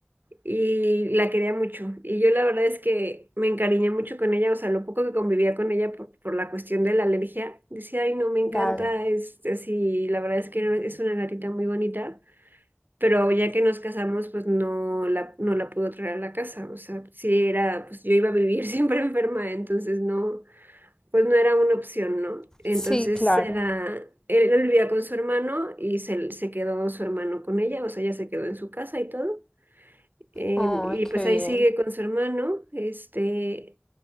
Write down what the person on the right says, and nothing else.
y la quería mucho. Y yo la verdad es que me encariñé mucho con ella, o sea, lo poco que convivía con ella por, por la cuestión de la alergia, decía, ay, no, me encanta,
es así, la verdad es que es una gatita muy bonita pero ya que nos casamos, pues no la, no la pudo traer a la casa, o sea, sí era, pues yo iba a vivir <laughs> siempre enferma, entonces no, pues no era una opción, ¿no? Entonces
era, él, él vivía con su hermano y se, se quedó su hermano con ella, o sea, ella se quedó en su casa y todo, em,
y
pues ahí
sigue con su hermano, este...